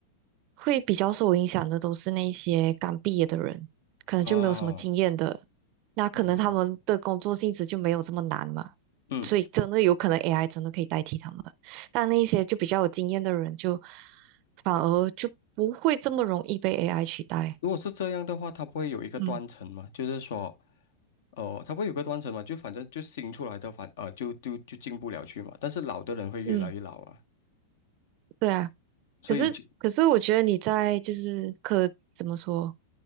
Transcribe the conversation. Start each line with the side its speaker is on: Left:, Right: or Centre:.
Right: 会比较受影响的都是那些刚毕业的人，可能就没有什么经验的，
Left: 嗯，哦，
Right: 那可能他们的工作性质就没有这么难嘛，
Left: 嗯嗯嗯，
Right: 所以真的有可能 AI 真的可以代替他们，但那一些就比较有经验的人就反而就不会这么容易被 AI 取代，
Left: 如果是这样的话，它不会有一个断层嘛？
Right: 嗯。
Left: 就是说，哦，它不会有个断层嘛？就反正就新出来的反呃就就就进不了去嘛，但是老的人会越来越老啊。
Right: 嗯，对啊，
Left: 所以就，
Right: 可是可是我觉得你在就是科怎么说，